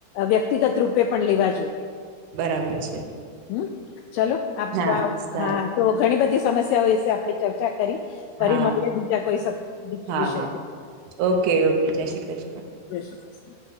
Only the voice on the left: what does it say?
વ્યક્તિગત રૂપે પણ લેવા જોઈએ.
હમ ચલો <unintelligible>
હા. તો ઘણી બધી સમસ્યાઓ વિશે આપણે ચર્ચા કરી ફરી
મળીએ બીજા કોઈ સ
વિષય
<unintelligible>
જય શ્રી કૃષ્ણ.